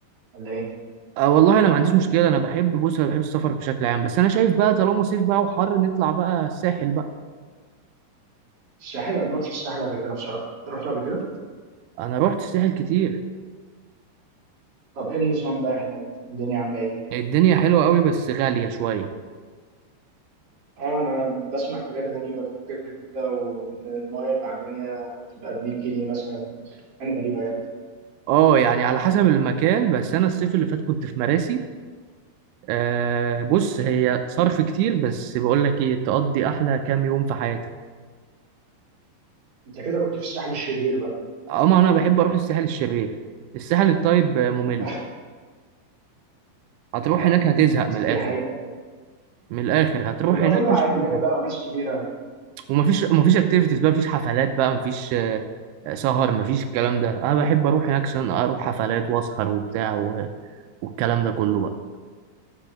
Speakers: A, on the right; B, on the right.
A: ولا ايه
B: آه والله انا ما عنديش مشكلة انا بحب بص انا بحب السفر بشكل عام بس انا شايف بقى طالما صيف بقى وحر نطلع بقى الساحل بقى
A: الساحل انا ما رحتش الساحل قبل كده بصراحه أنت رحت قبل كده
B: انا روحت الساحل كتير
A: طب ايه النظام بقى هناك الدنيا عامله ايه
B: الدنيا حلوة قوي بس غالية شوية
A: اه انا بسمع حاجات غريبه كده وان المايه المعدنيه بتبقى ب 100 جنيه مثلا انا غريبه يعني
B: اه يعني على حسب المكان بس انا الصيف اللي فات كنت في مراسي آه بص هي صرف كتير بس بقول لك ايه تقضي احلى كام يوم في حياتك
A: انت كده كنت في الساحل الشرير بقى
B: اما انا بحب اروح الساحل الشرير الساحل الطيب آه، ممل
A: <laughs>
B: هتروح
A: أم،
B: هناك هتزهق من الاخر
A: دي حقيقه فعلا
B: من الاخر هتروح
A: بيبقى
B: هناك
A: كله
B: مش
A: عائلات
B: هتعمل حاجة.
A: بقى وناس كبيره
B: ومفيش مفيش اكتيفيتيز بقى مفيش حفلات بقى مفيش آه، آه، سهر مفيش الكلام ده انا بحب اروح هناك عشان اروح حفلات واسهر وبتاع و- والكلام ده كله بقى